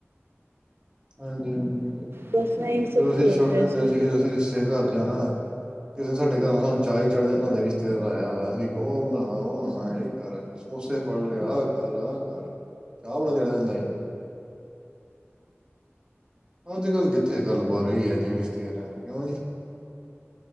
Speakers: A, on the right; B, on the right.
A: ਹਾਂਜੀ, ਹਾਂਜੀ, ਹਾਂਜੀ
B: ਬਸ ਇਹੀ
A: ਜਦੋਂ
B: ਸਭ
A: ਅਸੀਂ
B: ਚੱਲ
A: ਛੋਟੇ
B: ਰਿਹਾ
A: ਹੁੰਦੇ
B: ਸੀ।
A: ਸੀਗੇ ਅਸੀਂ ਰਿਸ਼ਤੇਦਾਰਾਂ ਦੇ ਘਰ ਜਾਣਾ। ਕਿਸੇ ਨੇ ਸਾਡੇ ਘਰ ਆਣਾ ਸਾਨੂੰ ਚਾਅ ਹੀ ਚੜ੍ਹ ਜਾਂਦਾ ਸੀ। ਰਿਸ਼ਤੇਦਾਰ ਆਇਆ ਵਾ ਅਸੀਂ ਉਹ ਬਣਾਉਣਾ ਉਹ ਬਣਾਉਣਾ ਇਹ ਕਰ। ਸਮੋਸੇ ਫੜ ਲਿਆ ਆ ਕਰ ਆਹ ਕਰ ਚਾਅ ਬੜਾ ਚੜ ਜਾਂਦਾ ਸੀ। ਅੱਜ ਕੱਲ੍ਹ ਕਿੱਥੇ ਗੱਲ ਬਾਤ ਰਹੀ ਹੈ ਜਿਹੜੀ ਸੇ ਕਿਉਂ ਜੀ?